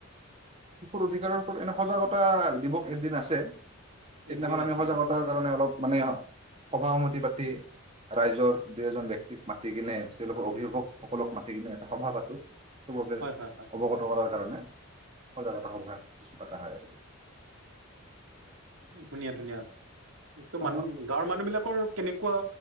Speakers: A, on the right; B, on the right.
A: শিশুৰ অধিকাৰৰ ওপৰত এনে সজাগতা দিৱস এদিন আছে। সেইদিনাখন
B: একদিন
A: আমি
B: আছে
A: সজাগতাৰ
B: ন
A: কাৰণে অলপ মানে, সভা-সমিতি পাতি তে ৰাইজৰ দুই-এজন ব্যক্তিক মাতিকেনে, তেওঁলোকৰ অভিভাৱকসকলক মাতিকেনে এটা সভা পাতোঁ। চবচে
B: হয় হয় হয়
A: অৱগত কৰাৰ কাৰণে। সজাগতা সভাৰ কিছু পাতা হয় আৰু।
B: ধুনীয়া ধুনীয়া। ত-মান
A: অ
B: গাঁৱৰ মানুহবিলাকৰ কেনেকুৱা,